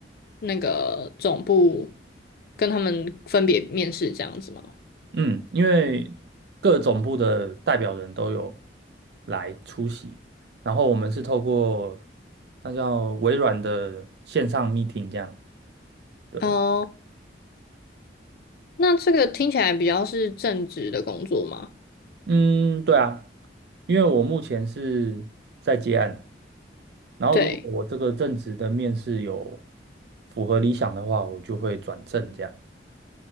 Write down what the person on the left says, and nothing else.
那个总部跟他们分别面试这样子吗？
哦，那这个听起来比较是正职的工作吗？
对，